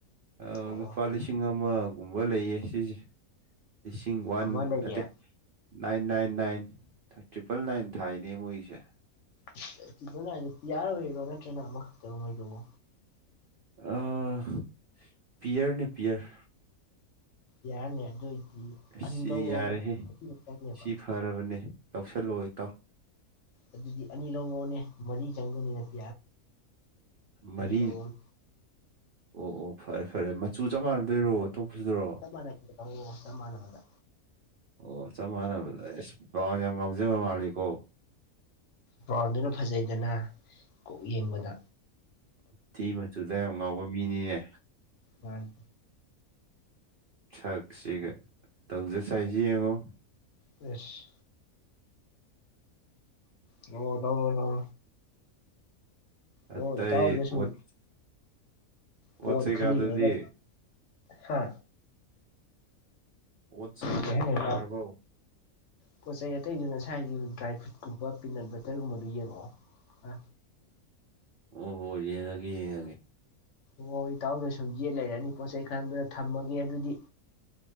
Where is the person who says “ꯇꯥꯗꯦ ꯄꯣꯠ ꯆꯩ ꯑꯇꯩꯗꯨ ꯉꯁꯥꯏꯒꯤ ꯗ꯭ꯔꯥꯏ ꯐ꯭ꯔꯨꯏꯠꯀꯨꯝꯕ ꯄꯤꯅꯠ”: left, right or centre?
Left